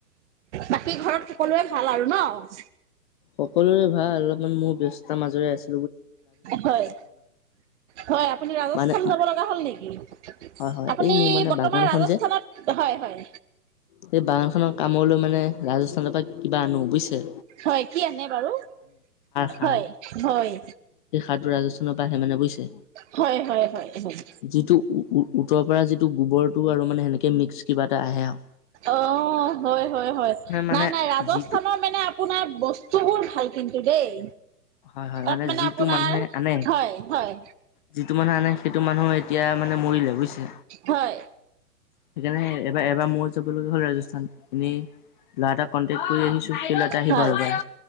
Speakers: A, on the right (about 45°); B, on the left (about 30°).
A: বাকী ঘৰত সকলোৱে ভাল আৰু ন'?
B: সকলোৰে ভাল অলপমান মোৰ ব্যস্ততাৰ মাজৰে আছে।
A: হয়, হয় আপুনি ৰাজস্থান
B: মানে
A: যাব লগা হ'ল নেকি,
B: হয় হয়
A: আপুনি
B: এই মোৰ মানে
A: বৰ্তমান
B: বাগানখন
A: ৰাজস্থানত
B: যে
A: হয়-হয়।
B: সেই বাগানখনৰ কামলৈ মানে ৰাজস্থানৰ পৰা কিবা আনো বুইছে
A: হয় কি আনে বাৰু
B: সাৰ
A: হয়-হয়।
B: সেই সাৰটো ৰাজস্থানৰ পৰা আহে মানে বুইছে
A: হয় হয় হয় হয়
B: যিটো উৰ -উৰ উতৰৰ পৰা যিটো গোবৰটো আৰু মানে সেনেকে মিক্স কিবা এটা আহে আও।
A: অ' হয়-হয়-হয়
B: মানে
A: নাই, নাই ৰাজস্থানৰ
B: যিটো
A: মানে আপোনাৰ বস্তুবোৰ ভাল কিন্তু কিন্তু দেই
B: হয়, হয়
A: তাত
B: মানে যিটো
A: আপোনাৰ
B: মানুহে আনে,
A: হয় হয়
B: যিটো মানুহে আনে সেইটো মানুহে এতিয়া মানে মৰিলে বুজিছে
A: হয়
B: সেইকাৰণে এবাৰ এবাৰ মোৰ হ'ল ৰাজস্থান এনেই ল'ৰা এটাক কনটেক্ট কৰি আহিছো সেই ল'ৰাটো আহিব
A: হয়
B: আৰু এইবাৰ